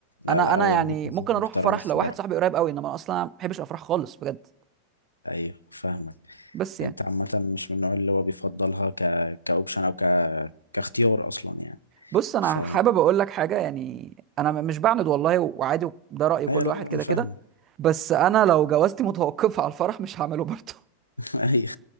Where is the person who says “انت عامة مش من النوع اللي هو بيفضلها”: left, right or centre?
Left